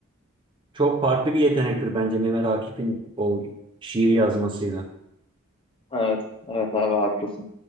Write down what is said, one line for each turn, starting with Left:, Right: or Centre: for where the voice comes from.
Right: çok farklı bir yetenektir bence Mehmet Akif'in o şiir yazmasıyla.
Left: Evet, evet abi haklısın.